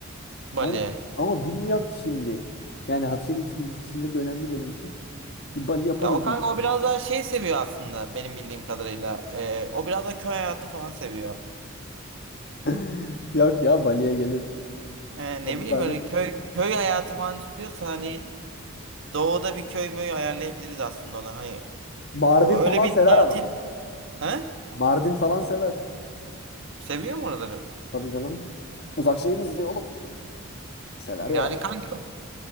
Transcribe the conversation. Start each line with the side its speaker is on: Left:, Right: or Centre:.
Right: Bali.
Left: Ama ama bilmiyorum ki şimdi. Yani Hatice'nin tabii fikirleri de önemli benim için. Bir Bali yaparız
Right: Ya o kanka
Left: diye düşündüm.
Right: o biraz daha şey seviyor aslında benim bildiğim kadarıyla. Ee, o biraz da köy hayatı falan seviyor.
Left: <laughs> Yok ya Bali'ye gelir.
Right: Ee,
Left: Ben-
Right: ne bileyim
Left: ben
Right: öyle köy köy hayatı falan istiyorsa hani doğuda bir köy möy ayarlayabiliriz aslında ona. Hani
Left: Mardin
Right: o öyle
Left: falan
Right: bir
Left: sever
Right: tatil.
Left: ama.
Right: He?
Left: Mardin falan sever.
Right: Seviyor mu oraları?
Left: Tabii canım. Uzak şey oğlum. Sever ya.
Right: Yani kanka